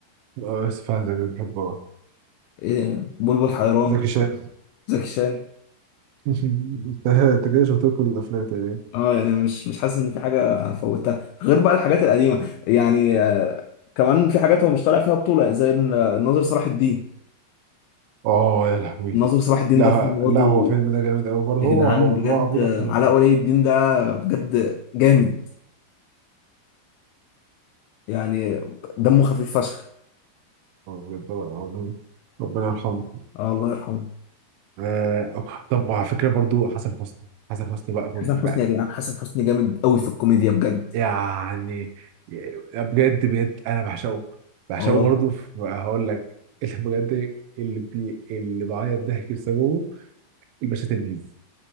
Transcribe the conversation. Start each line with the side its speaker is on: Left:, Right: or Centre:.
Right: آه، اسف على الزعج، بحبه أوي.
Left: إيه، بلبل حيران
Right: زكي شان
Left: زكي شان
Right: <laughs> انت أنت كده شفت له كل الافلام تقريبا
Left: اه يعني مش مش حاسس ان في حاجه فوتها غير بقى الحاجات القديمه يعني آه، كمان في حاجات هو مش طالع فيها بطوله زي ال- الناظر صلاح الدين
Right: اه يا لهوي
Left: الناظر صلاح الدين
Right: لا
Left: ده فيلم برضه
Right: لا هو فيلم ده جامد قوي برضه
Left: يا
Right: هو
Left: جدعان
Right: هو
Left: بجد
Right: هو عبود
Left: آه،
Right: على الحدود
Left: علاء ولي الدين ده بجد جامد يعني دمه خفيف فشخ
Right: هو بجد رائع. ربنا يرحمه
Left: اه الله يرحمه
Right: آه أو- طب على فكره برضو حسن حسني حسن حسني بقى فوق
Left: حسن
Right: بقى
Left: حسني يا جدعان حسن حسني جامد قوي في الكوميديا بجد
Right: يعني ي- بجد بجد انا بعشقه بعشقه
Left: اه
Right: برضو في- هقول لك <laughs> اللي بجد اللي بي اللي بعيط ضحك بسببه الباشا تلميذ